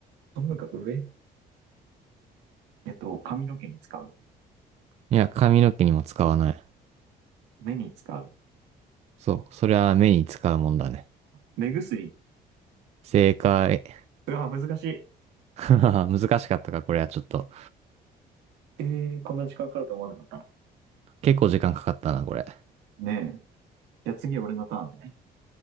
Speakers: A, on the right (about 85°); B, on the right (about 40°).
A: 半分か上えっと、髪の毛に使う。
B: いや、髪の毛にも使わない。
A: 目に使う。
B: そう、それは目に使うもんだね。
A: 目薬。
B: 正解。
A: うわ、難しい。
B: <laughs> 難しかったか、これはちょっと。
A: えー、こんな時間かかると思わなかったな。
B: 結構時間かかったな、これ。
A: ねえ。じゃあ次、俺のターンね。